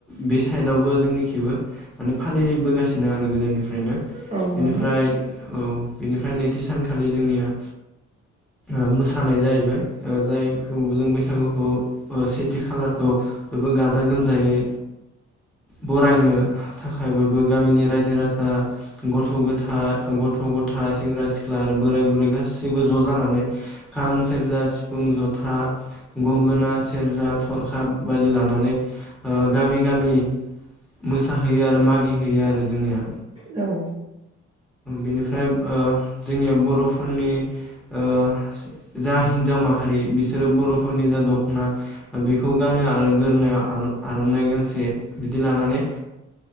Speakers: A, in the centre; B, on the right (about 20°).
A: बे साइदावबो जोंनि खैबो माने फालिबोगासिनो आरो गोदोनिफ्राय बेनो
B: औ
A: बेनिफ्राय
B: नंगौ
A: औ बेनिफ्राय नैथि सानखालि जोंनिया ओमोसानाया जाहैबाय ओ जायखौ जों बैसागुखौ सेथि खालारखौ बयबो गाजा गोमजायै बरायनो थाखाय बयबो गामिनि रायजो राजा गथ' गोथार गथ'-गथाय सेंग्रा सिख्ला आरो बोराय बुरै गासैबो ज' जानानै खाम, सेरजा सि फुं जथा गंगोना सेरजा थरखा बायदि लानानै गामि गामि मोसाहैयो आरो मागिहैयो आरो जोंनिया
B: औ
A: बिनिफ्राय ओ जोंनिया बर'फोरनि ओ जा हिनजाव मा हारि बिसोरो बरफोरनि जा दख'ना बेखौ गानो आरो गोरनायाव आरनाइ गांसे बिदि लानानै